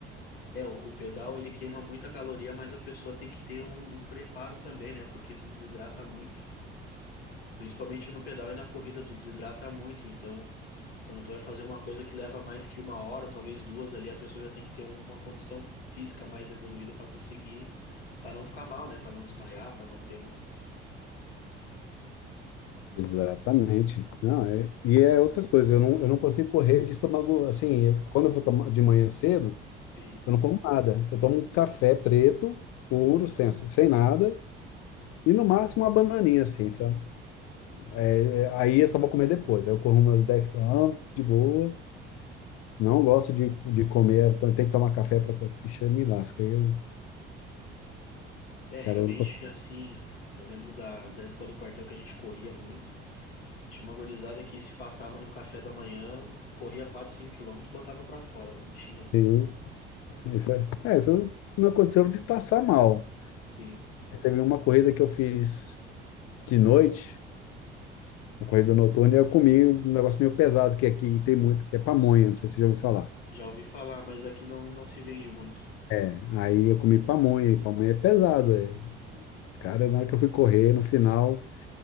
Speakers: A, on the left (about 85°); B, on the left (about 55°).
A: É, o, o pedal ele queima muita caloria, mas a pessoa tem que ter um, um preparo também, né? Porque tu desidrata muito. Principalmente no pedal e na corrida, tu desidrata muito. Então, quando tu vai fazer uma coisa que leva mais que uma hora, talvez duas ali, a pessoa já tem que ter uma condição física mais evoluída para conseguir, para não ficar mal, né? Para não desmaiar, para não ter um.
B: Exatamente. Não, é- e é outra coisa, eu não, eu não consigo correr de estômago, assim, eu- quando eu vou tomar de manhã cedo,
A: Sim.
B: eu não como nada. Eu tomo um café preto, puro, sem, sem nada, E no máximo uma bananinha, assim, sabe? É, é, aí eu só vou comer depois. Aí eu corro meus 10 quilômetros de boa. Não gosto de, de comer, então tem que tomar café para. Ficha, me lasca. aí Eu,
A: É, realmente,
B: cara, eu não
A: assim, eu lembro da, da época do quartel que a gente corria muito. Tinha uma gurizada que se passava no café da manhã, corria quatro cinco quilômetros, botava pra fora, não tinha.
B: consigo. Isso é, é, isso não aconteceu de passar mal.
A: Sim.
B: Teve uma corrida que eu fiz de noite, uma corrida noturna, e eu comi um negócio meio pesado, que aqui tem muito, que é pamonha, não sei se você já ouviu falar.
A: Já ouvi falar, mas aqui não, não se vende muito.
B: É, Aí eu comi pamonha, e pamonha é pesada. é. Cara, na hora que eu fui correr, no final,